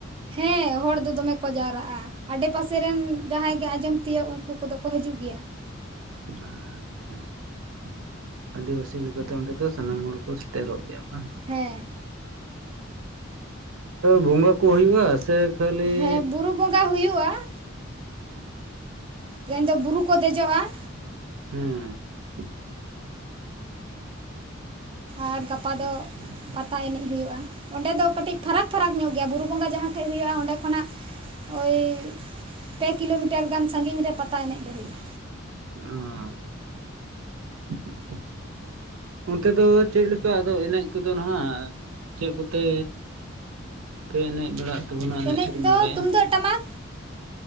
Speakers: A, on the right (about 25°); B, on the right (about 85°).
A: ᱦᱮᱸ ᱦᱚᱲ ᱫᱚ ᱫᱚᱢᱮ ᱠᱚ ᱡᱟᱣᱨᱟᱜᱼᱟ ᱾ ᱟᱰᱮ ᱯᱟᱥᱮ ᱨᱮᱱ ᱡᱟᱦᱟᱸᱭ ᱜᱮ ᱟᱸᱡᱚᱢ ᱛᱤᱭᱳᱜ ᱩᱱᱠᱩ ᱠᱚ ᱫᱚ ᱠᱚ ᱦᱤᱡᱩᱜ ᱜᱤᱭᱟ ᱾
B: ᱟᱪᱪᱷᱟ ᱾ ᱟᱹᱫᱤᱵᱟᱹᱥᱤ ᱞᱮᱠᱟᱛᱮ ᱚᱸᱰᱮ ᱫᱚ ᱥᱟᱱᱟᱢ ᱦᱚᱲ ᱠᱚ ᱥᱮᱴᱮᱨᱚᱜ ᱜᱮᱭᱟ ᱵᱟᱝ ᱾
A: ᱦᱮᱸ ᱾
B: ᱵᱚᱸᱜᱟ ᱠᱚ ᱦᱩᱭᱩᱜᱼᱟ ᱥᱮ ᱠᱷᱟᱹᱞᱤ
A: ᱦᱮᱸ ᱵᱩᱨᱩ ᱵᱚᱸᱜᱟ ᱦᱩᱭᱩᱜᱼᱟ ᱾ ᱢᱮᱱᱫᱚ ᱵᱩᱨᱩ ᱠᱚ ᱫᱮᱡᱚᱜᱼᱟ ᱾
B: ᱦᱩᱸ ᱾
A: ᱟᱨ ᱜᱟᱯᱟ ᱫᱚ
B: ᱟᱪᱪᱷᱟ ᱟᱪᱪᱷᱟ
A: ᱯᱟᱛᱟ ᱮᱱᱮᱡ ᱦᱩᱭᱩᱜᱼᱟ᱾ ᱚᱸᱰᱮ ᱫᱚ ᱠᱟᱹᱴᱤᱡ ᱯᱷᱟᱨᱟᱠ ᱯᱷᱟᱨᱟᱠ ᱧᱚᱜ ᱜᱮᱭᱟ, ᱵᱩᱨᱩ ᱵᱚᱸᱜᱟ ᱡᱟᱦᱟᱸ ᱴᱷᱮᱡ ᱦᱩᱭᱩᱜᱼᱟ᱾ ᱚᱸᱰᱮ ᱠᱷᱚᱱᱟᱜ ᱳᱭ ᱯᱮ ᱠᱤᱞᱳᱢᱤᱴᱟᱨ ᱜᱟᱱ ᱥᱟᱺᱜᱤᱧ ᱨᱮ ᱯᱟᱛᱟ ᱮᱱᱮᱡ ᱫᱚ ᱦᱩᱭᱩᱜᱼᱟ
B: ᱚ ᱚᱱᱛᱮ ᱫᱚ ᱪᱮᱫ ᱞᱮᱠᱟ ᱟᱫᱚ ᱮᱱᱮᱡ ᱠᱚᱫᱚ ᱱᱟᱦᱟᱜ ᱪᱮᱫ ᱠᱚᱛᱮ ᱟᱯᱮ ᱮᱱᱮᱡ ᱵᱟᱲᱟᱜ ᱛᱟᱵᱚᱱᱟ
A: ᱮᱱᱮᱡ
B: ᱥᱮᱨᱮᱧ
A: ᱫᱚ
B: ᱵᱟᱲᱟᱭᱟ
A: ᱛᱩᱢᱫᱟᱹᱜ ᱴᱟᱢᱟᱠ